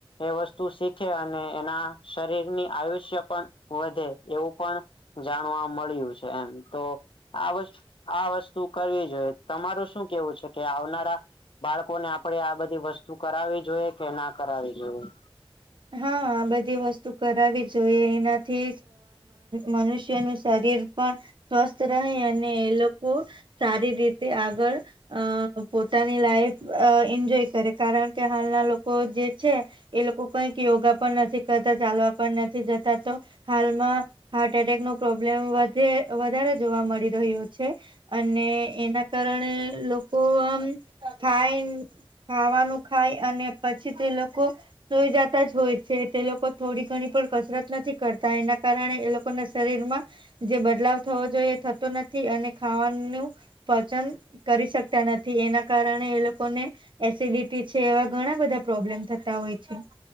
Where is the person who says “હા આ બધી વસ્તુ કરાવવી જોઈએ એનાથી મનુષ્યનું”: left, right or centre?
Right